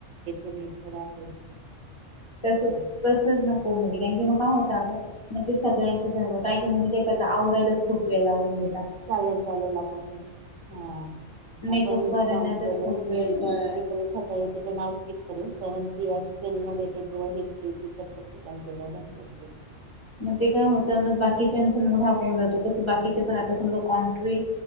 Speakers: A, on the right; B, on the left.
A: नेचर आहे
B: तस
A: हा
B: तसं नको मुली कारण की मग काय होत अगं मग ते सगळ्यांचं स काही काही मुली काय करता आवरायलाच खूप वेळ लावून देत
A: चालेल चालेल आपण हा
B: मेकअप
A: आपण एक
B: करण्यातच
A: काम करू
B: खूप
A: ती
B: वेळ
A: जी
B: क
A: होती नां सकाळी तिच नाव स्किप करू ती क्चुअल मध्ये तीच हिस्ट्री तत ठिक <inaudible>
B: मग ते काय होतं बाकीच्याचा मुड ऑफ होऊन जातो कस बाकीचे पण आता समजा कॉन्ट्री